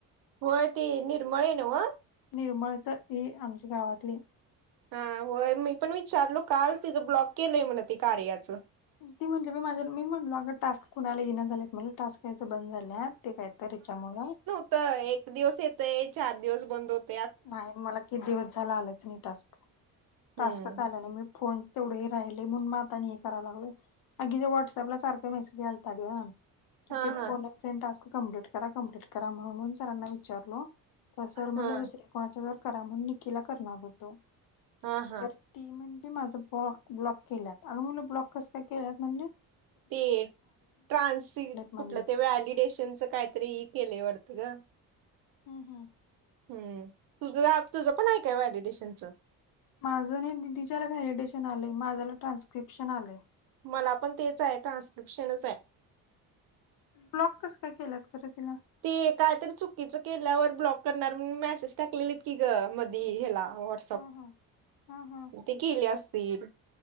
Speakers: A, on the right; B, on the left.
A: होयं ते निर्मळे न्हवं
B: निर्मळचं ही आमची गावांतली
A: हां होयं मी पणं विचारलो कांल तिथं ब्लॉक केलंय म्हंणे ते कार्याचं
B: ती म्हंटली मी माझं मी म्हणलो अगं टास्कं कुणांला येईना झालेत म्हटलं टास्कं यायचं बंद झाल्यांत ते कांहींतरी च्यांमुळे
A: तरं एक दिवसं येतंय चार दिवसं बंद होतं
B: नाहीं मलां किती दिवसं झालां आलंच नाहीं टास्क
A: हम्म
B: टास्कं झालं आलं नाहीं फोन तेवढे राहिलं म्हणुंन मंग आंता हे करांयला लागलोय अगं ते व्हॉट्सअँपला सारखं ते मिस्कॅर झाले अं तिचे
A: हा हा
B: फोन फेड टास्कं कंप्लीट करां कंप्लीट करां म्हणूंन सरांना विचारलो तरं सरं म्हणलं
A: हा
B: दुसरे कोणांच्या तरं करां म्हणूंन निकिला करणारं होतो
A: हा हा
B: तरं ती म्हटली माझं फोन ब्लॉक केल्यांत अगं ब्लॉक कसं कायं केल्यांत म्हणजे
A: ते ट्रान्सी कुठलं
B: म्हणली
A: ते वॅलिडेशनच काय तरी केले वाटत ग.
B: हम्म.
A: हम्म तुझ आप तुझं पण हाय काय वॅडिटेशनचं.
B: माझं दिदीच्याला वैलिडेटन आलेय माझ्याला ट्रान्स्क्रिप्शन आलय.
A: मला पण तेच आहे ट्रान्स्क्रिप्शनच आहे.
B: ब्लॉक कस काय केल्यात खरं तिला?
A: ते कायतरी चुकीचं केल्यावर ब्लॉक करणार म्हणुन मेसेज टाकलेलीत की ग मधी हेला व्हाट
B: हा हा हा हा.
A: ते केली असतील.